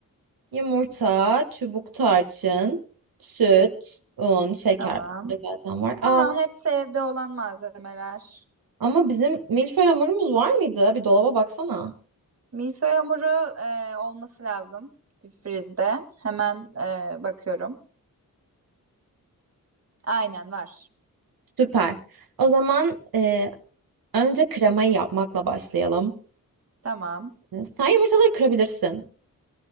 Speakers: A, on the right (about 85°); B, on the right (about 45°).
A: Yumurta, çubuk tarçın, süt, un, şeker
B: Tamam.
A: Bunlar zaten var. Aa,
B: Tamam, hepsi evde olan malzemeler.
A: ama bizim milföy hamurumuz var mıydı? Bir dolaba baksana.
B: Milföy hamuru e, olması lazım. Dipfrizde. Hemen e, bakıyorum. Aynen var.
A: Süper. O zaman e, önce kremayı yapmakla başlayalım.
B: Tamam.
A: E, Sen yumurtaları kırabilirsin.